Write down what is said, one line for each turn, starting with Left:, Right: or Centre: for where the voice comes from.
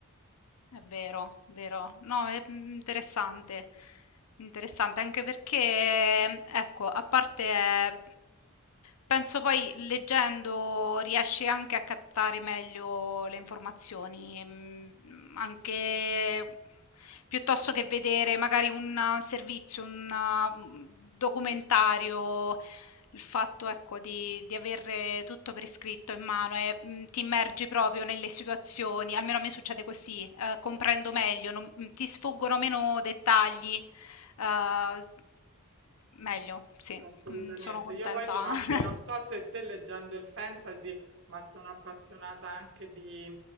Left: È vero, vero. No, è mm, interessante. Interessante anche perché, ecco, a parte, eh, penso poi leggendo riesci anche a captare meglio le informazioni, mm, anche piuttosto che vedere magari un uh, servizio, un uh, documentario. Il fatto, ecco, di di avere tutto per iscritto in mano e, mhmm, ti immergi proprio nelle situazioni, almeno a me succede così, ehm, comprendo meglio, non mhmm, ti sfuggono meno dettagli, ehm, meglio, sì,
Right: Assolutamente.
Left: mhmm, sono contenta.
Right: Io poi sono anche,
Left: <laughs>
Right: non so se te leggendo il fantasy, ma sono appassionata anche di,